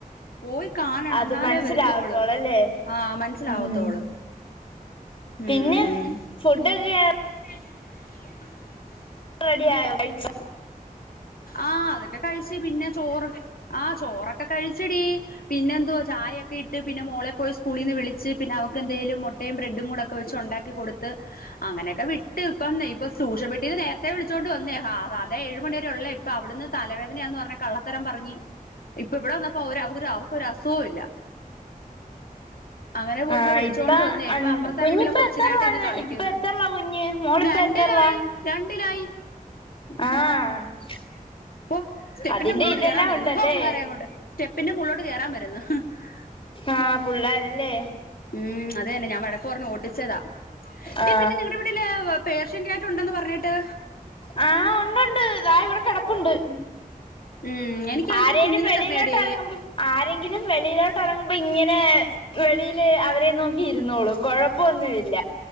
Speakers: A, on the left (about 80°); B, on the left (about 40°).
A: പോയി കാണണം
B: അത്
A: ന്നാലേ
B: മനസ്സിലാവത്തോളല്ലേ
A: വരുത്തോള് ആ മനസ്സിലാവത്തോള്
B: ഉം പിന്നെ
A: ഉം
B: ഫുഡ്‌ <unintelligible>
A: <inaudible>
B: റെഡിയായോ കഴിച്ചോ
A: ആ അതൊക്കെ കഴിച്ച് പിന്നെ ചോറ് ആ ചോറൊക്കെ കഴിച്ചടി പിന്നെ എന്തുവാ ചായയൊക്കെ ഇട്ട് പിന്നെ മോളെ പോയി സ്കൂളിന്ന് വിളിച്ച് പിന്നെ ന്തേലും മുട്ടയും ബ്രെഡും കൂടെഒ ക്കെ വെച്ച് ഒണ്ടാക്കി കൊടുത്ത് അങ്ങനെയൊക്കെ വിട്ട് ഇപ്പം--ട്യൂഷൻ ഇത് നേരത്തെ വിളിചോണ്ട് വന്നേ സാധ ഏഴു മണി ള്ളെ പ്പ വിടുന്ന് തലവേദനയാന്ന് പറഞ് കള്ളത്തരം പറഞ്ഞി ഇപ്പ ഇവിടെ വന്നപ്പോ ഒര് അവോരു അവോക്കൊരു അവക്കൊര് അസുഖോംല്ല അങ്ങനെപോയിപ്പോ
B: ആ
A: വിളിച്ചോണ്ട്
B: ഇപ്പ
A: വന്നയ ഇപ്പൊ അപ്പുറത്തെ
B: കുഞ്ഞിപ്പ
A: വീട്ടില കൊച്ചിനായിട്ട്
B: എത്തറിലാന്ന്
A: ഇരുന്ന് കളിക്ക്ന്ന്
B: ഇപ്പ എത്തറിലാ കുഞ്ഞ് മോളിപ്പ
A: <unintelligible> ണ്ടിലായി
B: എത്തറിലാ
A: രണ്ടിലായി
B: ആ <unintelligible>
A: പോ സ്റ്റെപ്പിന്റെ
B: അതിന്റെ
A: മോള്ളോ ട്ട്
B: ഇതെല്ലാം
A: കേറാൻ വരുന്നു
B: ഉണ്ടല്ലേ
A: പ്പോ പിള്ളാരെങ്ങോട്ട് സ്റ്റെപ്പിന്റെ മോൾലോട്ട് കേറാൻ വരുന്ന് <unintelligible>
B: ആ പുള്ളേരല്ലേ
A: ഉം അതെന്നെ ഞാൻ വഴക്ക് പർഞ് ഓട്ടിച്ചതാ. ടീ
B: ആ
A: പിന്നെ നിങ്ങടെവീട്ടില് പേർഷ്യൻ കാറ്റ് ഉണ്ടെന്ന് പറഞ്ഞേട്ട്.
B: ആ ഉണ്ടുണ്ട് ദാ ഇവിടെ കിടപ്പുണ്ട്.
A: ഉം എനിക്ക് അതിന്റെ
B: ആരേലും
A: ഒരു കുഞ്ഞിനെ
B: വെളിയിലോട്ടെ
A: തരണേടി
B: റങ്ങുമ്പോ ആരെങ്കിലും വെളിയിലോട്ടെറങ്ങുമ്പോ ഇങ്ങനെ. വെളീല് അവരെ നോക്കി ഇരുന്നോളും കൊഴപ്പൊന്നു ഇല്ല.